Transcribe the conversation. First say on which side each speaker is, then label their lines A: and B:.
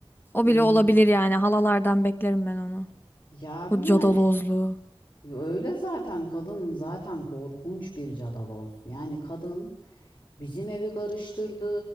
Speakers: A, on the left (about 20°); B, on the left (about 55°).
A: O
B: Yani.
A: bile olabilir yani. Halalardan beklerim ben onu.
B: Ya
A: O
B: bir yani
A: cadalozluğu.
B: öyle zaten kadın zaten korkunç bir cadaloz. Yani kadın Bizim evi karıştırdı,